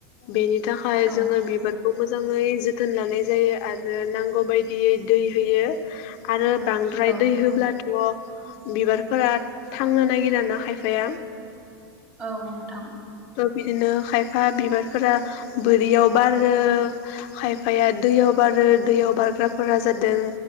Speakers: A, on the left (about 50°); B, on the right (about 20°).
A: बेनि थाखाय
B: औ औ
A: जोङो बिबारखौ मोजाङै जोथ जोथोन लानाय जायो आरो नांगौ बायदियै दै होयो। आरो बांद्राय
B: औ
A: दै होब्लाथ व बिबारफोरा थांनो नागिरा ना खायफ फाया।
B: औ नोंथां।
A: बिदिनो खायफा बिबारफोरा बोरियाव बारो खायफाया दैयाव बारो दैयाव बारग्राफोरा जादों